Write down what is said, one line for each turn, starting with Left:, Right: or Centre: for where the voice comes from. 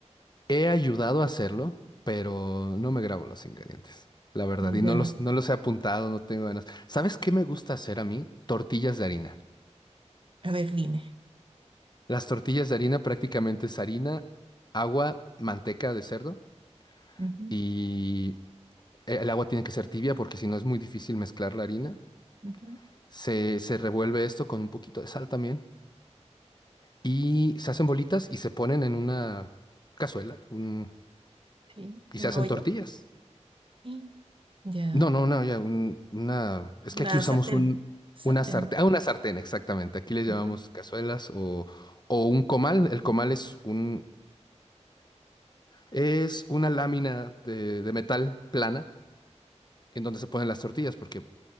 Left: He ayudado a hacerlo, pero no me grabo los ingredientes, la verdad, y
Right: Ya.
Left: no los, no los he apuntado, no tengo ganas. ¿Sabes qué me gusta hacer a mí? Tortillas de harina.
Right: A ver, dime.
Left: Las tortillas de harina prácticamente es harina, agua, manteca de cerdo
Right: Ujú,
Left: y el agua tiene que ser tibia porque si no es muy difícil mezclar la harina.
Right: ujú,
Left: Se, se revuelve esto con un poquito de sal también y se hacen bolitas y se ponen en una cazuela un-
Right: Sí,
Left: y
Right: una
Left: se hacen
Right: olla.
Left: tortillas.
Right: Y ya.
Left: No, no, no, ya, un- una. Es que
Right: Una
Left: aquí usamos
Right: sartén.
Left: un,
Right: Sartén.
Left: una sartén. Ah, una sartén, exactamente. Aquí les llamamos
Right: Ujú,
Left: cazuelas o, o un comal. El comal es un, es una lámina de, de metal plana en donde se ponen las tortillas, porque